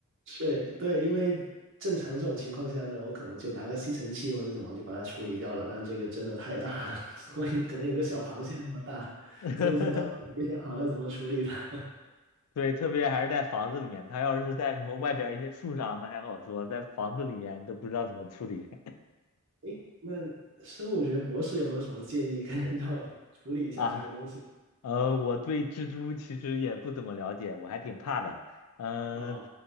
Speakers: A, on the right; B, on the left.
A: 对对，因为正常这种情况下呢，我可能就拿个吸尘器或者怎么就把它处理掉了，但这个真的太大了，<laughs> 所以可能有个小螃蟹那么大，
B: <laughs>
A: 所以我现在到时候没想好要怎么处理它。<laughs>
B: 对，特别还是在房子里面，它要是在什么外边儿一些树上，那还好说，在房子里面你都不知道怎么处理
A: 诶，那生物学博士有没有什么建议，可以 <laughs> 让我处理一下这个东西？
B: <laughs> 啊。呃，我对蜘蛛其实也不怎么了解，我还挺怕的。嗯、
A: 啊、